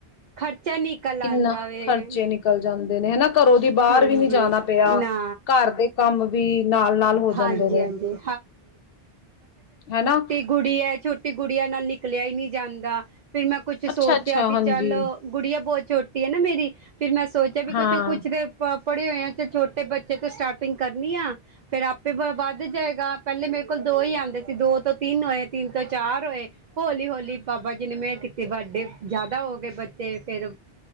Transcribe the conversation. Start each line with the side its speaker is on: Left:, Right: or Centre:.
Right: ਖਰਚਾ ਨਿਕਲ
Left: ਕਿੰਨਾ
Right: ਆਂਦਾ ਵੇ
Left: ਖਰਚੇ ਨਿਕਲ ਜਾਂਦੇ ਨੇ ਹਨਾ। ਘਰੋਂ ਦੀ ਬਾਹਰ
Right: ਹਾਂਜੀ
Left: ਵੀ ਨੀ ਜਾਣਾ ਪਿਆ
Right: ਨਾ
Left: ਘਰ ਦੇ ਕੰਮ ਵੀ ਨਾਲ-ਨਾਲ ਹੋ ਜਾਂਦੇ
Right: ਹਾਂਜੀ
Left: ਨੇ
Right: ਹਾਂਜੀ
Left: ਹਨਾ।
Right: ਗੁੜੀਐ ਹੈ ਛੋਟੀ ਗੁੜੀਆਂ ਨਾਲ ਨਿਕਲਿਆ ਹੀ ਨਹੀਂ ਜਾਂਦਾ। ਫਿਰ ਮੈਂ ਕੁੱਛ
Left: ਅੱਛਾ-ਅੱਛਾ
Right: ਸੋਚਿਆ ਬੀ
Left: ਹਾਂਜੀ
Right: ਚੱਲ ਗੁੜੀਆ ਬਹੁਤ ਛੋਟੀ ਹੈ ਨਾ ਮੇਰੀ ਫਰ ਮੈਂ ਸੋਚਿਆ ਵੀ
Left: ਹਾਂ।
Right: ਕੁੱਛ ਦੇ ਪੜ੍ਹੇ ਹੋਏ ਆ ਚ ਛੋਟੇ ਬਚੇ ਤ ਸਟਾਰਟਿੰਗ ਕਰਨੀ ਆ। ਫੇਰ ਆਪੇ ਵੱਧ ਜਾਏਗਾ। ਪਹਿਲੇ ਮੇਰੇ ਕੋਲ ਦੋ ਹੀ ਆਉਂਦੇ ਸੀ ਦੋ ਤੋਂ ਤਿੰਨ ਹੋਏ ਤਿੰਨ ਤੋਂ ਚਾਰ ਹੋਏ। ਹੋਲੀ-ਹੋੌਲੀ ਬਾਬਾ ਜੀ ਨੇ ਮੈਂ ਕੀਤੀ ਵੱਡੇ ਜ਼ਿਆਦਾ ਹੋ ਗਏ ਬੱਚੇ। ਫੇਰ